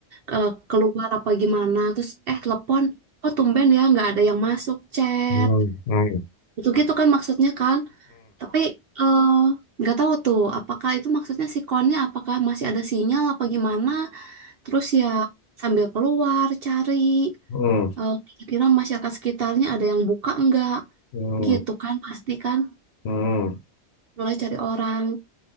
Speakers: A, on the right; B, on the left.
A: eh, keluar apa gimana terus eh telepon kok tumben ya nggak ada yang masuk chat
B: うん、うん、うん、うん、うん、うん,
A: gitu gitu kan maksudnya kan tapi eh, nggak tahu tuh apakah itu maksudnya si konnya apakah masih ada sinyal apa gimana. Terus ya sambil keluar cari
B: mm,
A: eh, kira-kira masyarakat sekitarnya ada yang buka enggak
B: mm,
A: gitu kan pasti kan
B: mm.
A: mulai cari orang.